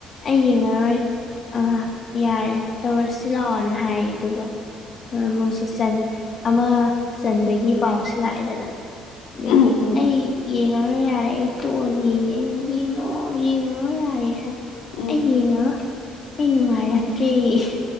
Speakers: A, on the left; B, on the left.
A: ꯑꯩ ꯌꯦꯡꯉꯔꯣꯏ ꯑ ꯌꯥꯔꯦ ꯇꯧꯔꯁꯤ ꯂꯥꯛꯑꯣꯅ ꯍꯥꯏ ꯑꯗꯨꯒ ꯑ ꯃꯣꯏꯁꯦ ꯆꯟ ꯑꯃ ꯆꯟꯕꯒꯤ ꯄꯥꯎꯁꯤ ꯂꯥꯛꯑꯦꯗꯅ ꯑꯗꯒꯤ
B: ꯎꯝ
A: ꯑꯩ ꯌꯦꯡꯉꯔꯣꯢ ꯍꯣꯏ ꯌꯥꯔꯦ ꯑꯩ ꯇꯣꯛꯑꯒꯦ ꯑꯩꯅ ꯌꯦꯡꯉꯣ ꯌꯦꯡꯉꯣ ꯌꯥꯔꯦ ꯍꯥꯏ
B: ꯎꯝ
A: ꯑꯩ ꯌꯦꯡꯉꯔꯣꯢ ꯑꯩ ꯅꯨꯡꯉꯥꯏꯔꯛ
B: ꯎꯝ ꯎꯝ
A: ꯇꯔꯦꯌꯦ